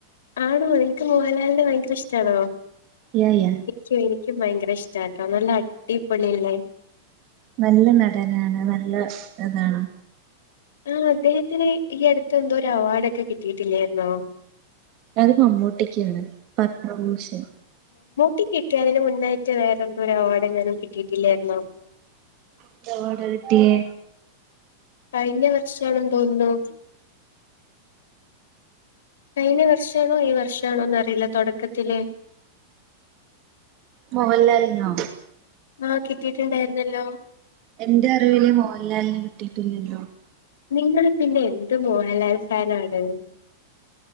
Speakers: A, on the left; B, on the right.
A: ആണോ നിൻക്ക് മോഹൻലാലിന് ഭയങ്കര ഇഷ്ടാണോ
B: യാ യാ
A: ശരി എനിക്കും ഭയങ്കര ഇഷ്ടാട്ടോ നല്ല അടിപ്പൊളിയല്ലേ
B: നല്ല നടനാണ് നല്ല താണ്.
A: ആഹ് അദ്ദേഹത്തിന് ഈ അടുത്ത് എന്തോ ഒരു അവാഡൊക്കെ കിട്ടിയിട്ടില്ലായിര്ന്നോ?
B: അത് മമ്മൂട്ടിക്കാണ് പത്മഭൂഷൺ
A: ട്ടിക്കെക്കെ അതിന് മുന്നായിട്ട് വേറെന്തോ ഒരു അവാടെങ്ങാനും കിട്ടിയിട്ടില്ലായിര്ന്നോ?
B: എന്ത് അവാഡാ കിട്ടിയേ?
A: കഴിഞ്ഞ വർഷം ആണെന്ന് തോന്ന്ണു കഴിഞ്ഞ വർഷാണോ ഈ വർഷാണോന്ന് അറിയില്ല തൊടക്കത്തില്
B: മോഹൻലാൽനോ?
A: ആഹ് കിട്ടിട്ട്ണ്ടായിര്ന്നല്ലോ
B: എന്റെ അറിവില് മോഹൻലാലിന് കിട്ടിയിട്ടൊന്നുല്ല.
A: നിങ്ങള് പിന്നെ എന്ത് മോഹൽലാൽ ഫാനാത്